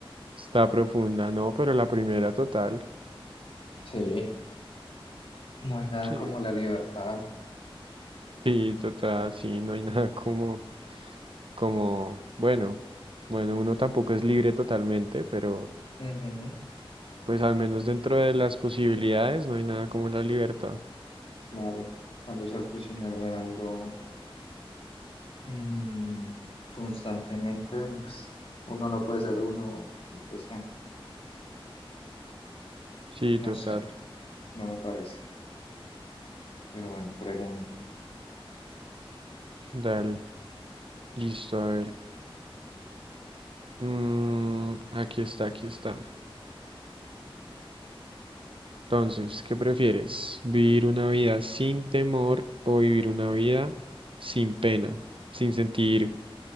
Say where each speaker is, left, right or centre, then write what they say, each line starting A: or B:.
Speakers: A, on the right (about 65°); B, on the left (about 75°).
A: Está profunda, no, pero la primera total.
B: Sí, no hay nada
A: Sí.
B: como la libertad.
A: Sí, total, sí, no hay <laughs> nada como, como, bueno, bueno, uno tampoco es libre totalmente, pero
B: Ujú,
A: pues al menos dentro de las posibilidades no hay nada como la libertad.
B: Claro, En cambio ser prisionero de algo mm, constantemente, pues uno no puede ser uno y pues eh,
A: Sí,
B: no
A: total.
B: sé, no me parece. Pero bueno, pregunta.
A: Dale, listo, a ver. Mm, aquí está, aquí está. Entonces, ¿qué prefieres? ¿Vivir una vida sin temor o vivir una vida sin pena, sin sentir